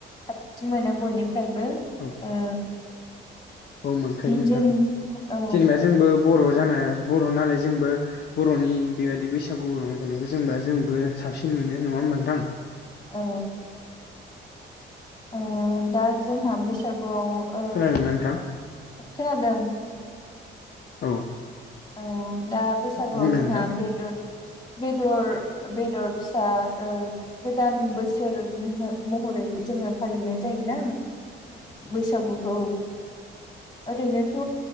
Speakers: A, on the left; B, on the left.
A: साबसिन मोनो बयनि फ्रायबो
B: औ
A: ओ
B: औ मोनखायो नोंथां
A: जों औ
B: जेनेबा जोंबो बर' जाना बर' नालाय जोंबो बर'नि बेबायदि बैसागु रंजानायखौ जेनेबा जोंबो साबसिन मोनो नङा होमबा नोंथां?
A: औ ओ दा जोंहा बैसागुआव ओ
B: खोनादोंना नोंथां
A: खोनादों
B: औ
A: औ दा बैसागुआव
B: बुंनो नोंथां
A: जोंहा बेदर बेदर बेदर फिसा ओ गोदान बोसोर महरै जोङो फालिनाय जायोना बैसागुखौ ओरैनोथ'